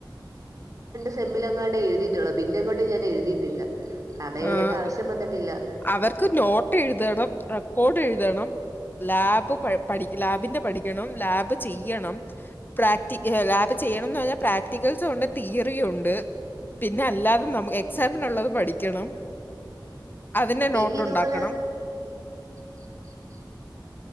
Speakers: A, on the right (about 45°); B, on the left (about 25°).
A: ഫസ്റ്റ് സമ്മിലങ്ങാണ്ടെ എഴുതിയിട്ടുള്ളൂ പിന്നെങ്ങോട്ട ഞാൻ എഴുതിയിട്ടില്ല. കാരണം എഴുതണ്ട്
B: ആഹ്
A: ആവശ്യം വന്നിട്ടില്ല.
B: അവർക്ക് നോട്ട് എഴുതണം, റെക്കോർഡ് എഴുതണം. ലാബ് പഠിക്ക ലാബിന്റെ പഠിക്കണം, ലാബ് ചെയ്യണം, പ്രാക്ടി ലാബ് ചെയ്യണംന്നറഞ്ഞാൽ പ്രാക്ടിക്കൽസും ഉണ്ട് തിയറിയും ഉണ്ട്. പിന്നെ അല്ലാതെ നമ് എക്സാമിനുള്ളത് പഠിക്കണം. അതിന്റെ
A: പിന്നെ
B: നോട്ട്ണ്ടാക്കണം,
A: <inaudible>